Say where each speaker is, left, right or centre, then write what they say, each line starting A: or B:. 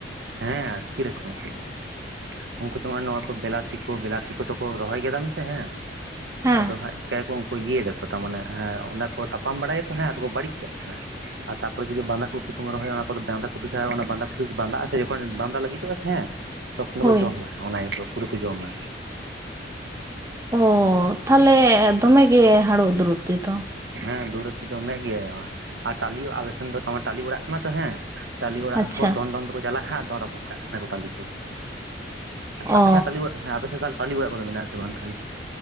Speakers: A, on the right (about 80°); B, on the right (about 15°).
A: ᱦᱮᱸ ᱟᱹᱛᱠᱤᱨ <unintelligible> ᱩᱱᱠᱩ ᱡᱮᱢᱚᱱ ᱱᱚᱣᱟ ᱠᱚ ᱵᱮᱞᱟᱛᱤ ᱠᱚ ᱵᱮᱞᱟᱛᱤ ᱠᱚᱫᱚ ᱠᱚ ᱨᱚᱦᱚᱭ ᱠᱮᱫᱟᱢ ᱥᱮ ᱦᱮᱸ?
B: ᱦᱮᱸ
A: ᱟᱫᱚ ᱦᱟᱸᱜ ᱪᱤᱠᱟᱭᱟᱠᱚ ᱩᱱᱠᱩ ᱢᱟᱱᱮ ᱩᱱᱠᱩ ᱤᱭᱟᱹᱭ ᱫᱟᱠᱚ ᱛᱟᱨ ᱢᱟᱱᱮ ᱦᱮᱸ ᱚᱱᱟ ᱠᱚ ᱛᱟᱯᱟᱢ ᱵᱟᱲᱟᱭᱟᱠᱚ ᱦᱚ ᱠᱚ ᱵᱟᱹᱲᱤᱡ ᱠᱟᱜ ᱠᱟᱱᱟ᱾ ᱟᱨ ᱛᱟᱨ ᱯᱚᱨᱮ ᱡᱩᱫᱤ ᱵᱟᱸᱫᱷᱟ ᱠᱚᱯᱤ ᱠᱚᱢ ᱨᱚᱦᱚᱭᱟ ᱚᱱᱟ ᱠᱚᱫᱚ ᱵᱟᱸᱫᱟ ᱠᱚᱯᱤ ᱠᱷ ᱚᱱᱟ ᱵᱟᱸᱫᱟ ᱠᱚᱯᱤ ᱵᱟᱫᱟᱜᱼᱟ ᱡᱚᱠᱷᱚᱱ ᱵᱟᱸᱫᱟ ᱞᱟᱹᱜᱤᱫᱚᱜᱼᱟ ᱥᱮ ᱦᱮᱸ ᱛᱚᱠᱷᱚᱱ ᱫᱚᱠᱚ
B: ᱦᱳᱭ
A: ᱡᱚᱢᱟ ᱚᱱᱟ ᱦᱤᱥᱟᱹ ᱯᱩᱨᱟᱹ ᱠᱚ ᱡᱚᱢᱟ
B: ᱚ ᱛᱟᱦᱚᱞᱮ ᱫᱚᱢᱮ ᱜᱮ ᱦᱟᱹᱲᱩ ᱫᱩᱨᱩᱵᱛᱤ ᱛᱚ᱾
A: ᱦᱮᱸ ᱫᱩᱨᱛᱤ ᱫᱚᱢᱮᱜ ᱜᱮ ᱟᱨ ᱴᱟᱞᱤ ᱟᱞᱮᱥᱮᱱ ᱫᱚ ᱴᱟᱹᱞᱤ ᱚᱲᱟᱜ ᱠᱟᱱᱟ ᱛᱚ ᱦᱮᱸ ᱴᱟᱞᱤ ᱚᱲᱟᱜ
B: ᱟᱪᱪᱷᱟ
A: ᱠᱚ ᱫᱚᱱ ᱫᱚᱱ ᱛᱮᱠᱚ ᱪᱟᱞᱟᱜᱼᱟ ᱦᱟᱸᱜ ᱫᱚᱱ ᱨᱟᱹᱯᱩᱫ ᱠᱟᱜ ᱠᱟᱱᱟ ᱠᱚ ᱴᱟᱹᱞᱤ ᱠᱚ ᱟᱯᱮ
B: ᱚ
A: ᱥᱮᱫ ᱴᱟᱞᱤ ᱚᱲᱟᱜ ᱦᱮᱸ ᱟᱯᱮ ᱥᱮᱫ ᱴᱟᱞᱤ ᱚᱲᱟᱜ ᱠᱚᱫᱚ ᱢᱮᱱᱟᱜ ᱟᱥᱮ ᱵᱟᱝ ᱛᱟᱦᱞᱮ